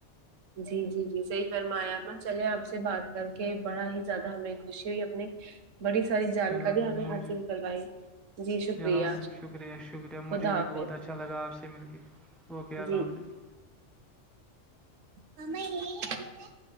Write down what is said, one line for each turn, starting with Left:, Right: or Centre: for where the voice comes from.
Right: جی جی جی صحیح فرمایا امت چلے آپ سے بات کر کے بڑا ہی زیادہ ہمیں خوشی ہوئی اپنے بڑی ساری جانکاری
Centre: چلو میں
Right: ہمیں
Centre: مجھ
Right: حاصل کروائی جی شکریہ
Centre: چلو میم شکریہ شکریہ
Right: خدا
Centre: مجھے بھی
Right: حافظ
Centre: بہت اچھا لگا آپ سے مل کے اوکے اللہ
Right: جی
Centre: حافظ
Right: ہم میں یہ <unintelligible>